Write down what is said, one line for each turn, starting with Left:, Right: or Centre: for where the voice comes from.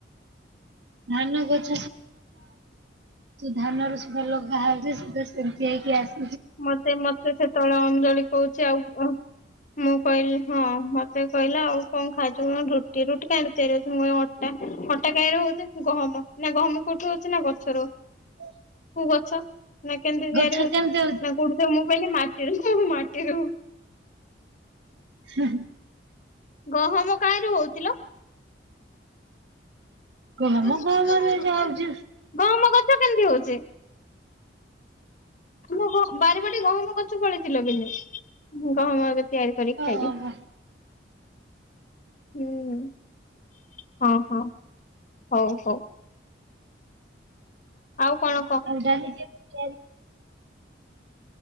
Right: ଧାନ ଗ <unintelligible> ଧାନ ର ସୁଧା ଲଗା ହଉଛି ସେମିତି ହେଇକି ଆସ
Left: ମତେ ମତେ ସେ ତଳେ ଅଞ୍ଜଳି କହୁଛି ଆଉ ମୁଁ କହିଲି ହଁ ମତେ କହିଲା ଆଉ କଣ ଖାଇଛୁ କ ରୁଟି ରୁଟି କାଇଁରେ ତିଆରି ଅଛି ମୁ ଅ ଟା ଅଟା କାଇଁରେ ହଉଛି ଗହମ ନା ଗହମ କୋଉଠୁ ହଉଛି ନା ଗଛରୁ।
Right: ହ।
Left: କୋଉ ଗଛ ନା କେମିତି
Right: ଗଛ
Left: ତିଆରି ହଉଛି?
Right: କେମିତି
Left: ନା କୋଉଠୁ ମୁଁ କହିଲି ମାଟିରୁ ତ ମାଟିରୁ
Right: ହୁଁ।
Left: ଗହମ କାହିଁରେ ହଉଥିଲ?
Right: ଗହମ
Left: <unintelligible>
Right: ଗହମରୁ ଏକା ହଉଛି
Left: ଗହମ ଗଛ କେମିତି ହଉଛି? ତମ ବାରିପଟେ ଗହମ ଗଛ ପଳେଇଥିଲ ବିନୁ ଗହମ ଏବେ ତିଆରି କରିକି
Right: ଓହୋ।
Left: ଖାଇବି। ହୁଁ ହଁ ହଁ ହଉ ହଉ ଆଉ କଣ କହ?
Right: ଆଉ ଡାଲି କେମିତି ତିଆରି